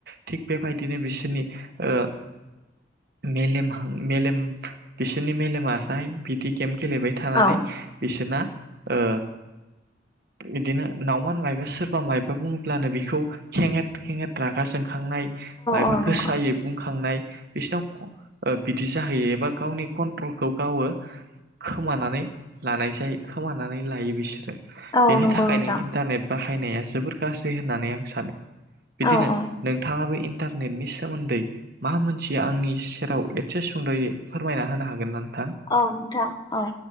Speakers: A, on the right; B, on the left.
A: थिग बेबायदिनो बिसोरनि ओ मेलेम मेलेम बिसोरनि मेलेमहा हाय बिदि गेम गेलेबाय थानानै
B: औ
A: बिसोरना ओ बिदिनो नावमान माइबा सोरबा माइबा बुङोब्लानो बेखौ खेंङेट खेंङेट रागा जों खांनाय मायबा
B: औ नंगौ
A: गोसायै बुंखांनाय बिसिनाव बिदि जाहैयो एबा गावनि कन्ट्रलखौ गावो खोमानानै लानाय जायो खोमानानै लायो बिसोरो
B: औ
A: बेनि
B: नंगौ
A: थाखायनो
B: नोंथां
A: इन्टारनेट बा बाहायनाया जोबोर गाज्रि होनानै आं सानो बिदिनो
B: औ औ
A: नोंथाङा बो इन्टारनेटनि सोमोन्दै मा मोनथियो आंनि सेराव एसे सुंद'यै फोरमायना होनो हागोन नों
B: औ नोंथां औ